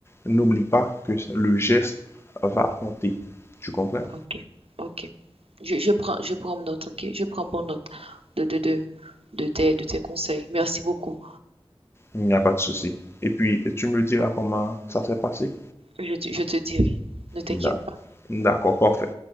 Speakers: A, on the left; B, on the right.
A: n'oublie pas que le geste va compter. Tu comprends?
B: Ok, ok. Je, je prends, je prends note, ok? Je prends bonne note de, de, de, de tes, de tes conseils. Merci beaucoup.
A: Il n'y a pas de souci. Et puis, tu me diras comment ça s'est passé?
B: Je, te- je te dirai. Ne t'inquiète
A: D'a-
B: pas.
A: D'accord, parfait.